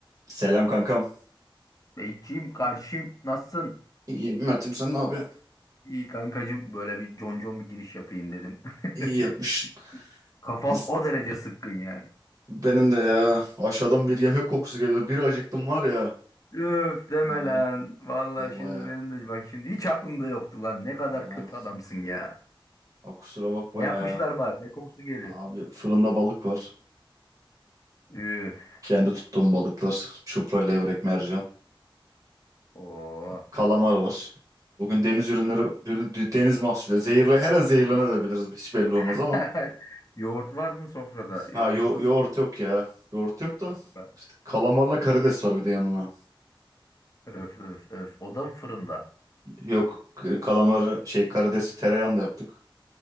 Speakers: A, on the right (about 40°); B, on the left (about 40°).
A: Selam kankam.
B: Beyciğim karşım nasılsın?
A: İyi, Mert'im sen ne yapıyorsun?
B: İyi kankacım, böyle bir concon bir giriş yapayım dedim.
A: İyi
B: <laughs>
A: yapmışsın.
B: Kafam
A: As-
B: o derece sıkkın yani.
A: Benim de ya aşağıdan bir yemek kokusu geliyor. Bir acıktım var ya.
B: Üf deme
A: Ha,
B: lan. Vallahi
A: vallahi
B: şimdi
A: ya.
B: benim de bak şimdi hiç aklımda yoktu lan. Ne kadar
A: Ha,
B: kötü adamsın ya.
A: abi kusura bakma
B: Ne yapmışlar
A: ya.
B: bari? Ne kokusu geliyor?
A: Abi fırında balık var.
B: Üf.
A: Kendi tuttuğum balıklar. Çupra, levrek, mercan.
B: Oo.
A: Kalamar var. Bugün deniz ürünleri, bir- deniz mahsulü. Zehirle, her an zehirlenebiliriz. Hiç belli olmaz
B: <laughs>
A: ama.
B: Yoğurt var mı sofrada?
A: Ha
B: Yoğurtsuz
A: yo yoğurt
B: yiyeyim
A: yok ya. Yoğurt yok da.
B: ben.
A: Kalamarla karides var bir de yanına.
B: Öf öf öf. O da mı fırında?
A: Yok kalamar şey karidesi tereyağında yaptık.